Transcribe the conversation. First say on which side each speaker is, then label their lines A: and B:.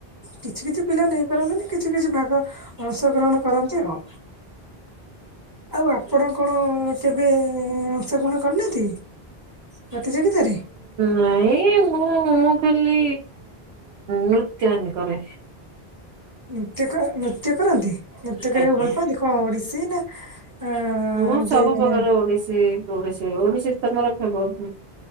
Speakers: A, on the right; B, on the right.
A: କିଛି କିଛି ପିଲା ନେଇପାରନ୍ତିନି କିଛି କିଛି ଭାଗ ଅଂଶଗ୍ରହଣ କରନ୍ତି ଆଉ। ଆଉ ଆପଣ କଣ କେବେ ଅଂଶଗ୍ରହଣ କରିନାହାନ୍ତି। ପ୍ରତିଯୋଗିତାରେ।
B: ନାଇଁ ମୁଁ ଉ ଉ ମୁଁ ଖାଲି ନୃତ୍ୟହିନୀ କରେ।
A: ନୃତ୍ୟ ନୃତ୍ୟ କରନ୍ତି ନୃତ୍ୟ କରିବାକୁ
B: ଆଜ୍ଞା।
A: ଭଲ ପାଆନ୍ତି କଣ ଓଡିଶୀ ନା ଅ
B: ମୁଁ
A: ଏମତି
B: ସବୁ
A: ମାନେ
B: ପ୍ରକାର ଓଡିଶୀ ଓଡିଶୀ ଓଡିଶୀ ତମର ଫେବ